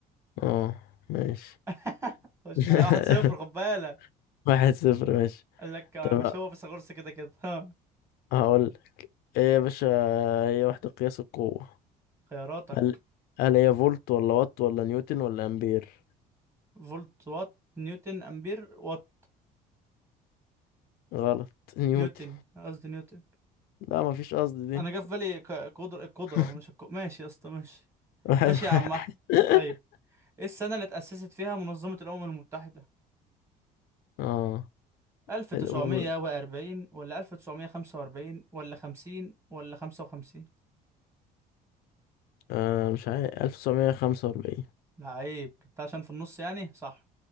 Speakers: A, on the left (about 70°); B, on the right (about 15°).
A: اه ماشي
B: <laughs> خش
A: <laughs>
B: على واحد صفر خد بالك
A: واحد صفر ماشي
B: قال لك آه،
A: طب
B: مش هو فيثاغورس كده كده ها
A: هقول ايه يا باشا هي وحدة قياس القوة
B: خياراتك
A: هل هل هي فولت ولا وات ولا نيوتن ولا امبير
B: فولت وات نيوتن امبير وات
A: غلط <laughs> نيوتن
B: نيوتن قصدي نيوتن
A: لا مفيش قصد دي
B: انا جه في بالي ك- قدر القدره
A: <laughs>
B: مش الك... ماشي يا اسطى ماشي
A: واحد
B: ماشي يا عم
A: واحد
B: احمد
A: <laughs>
B: طيب ايه السنه اللي اتاسست فيها منظمه الامم المتحده
A: اه
B: 1940
A: الأمم
B: ولا 1945 ولا 50 ولا 55
A: آه مش عارف 1945
B: لعيب جبتها عشان في النص يعني صح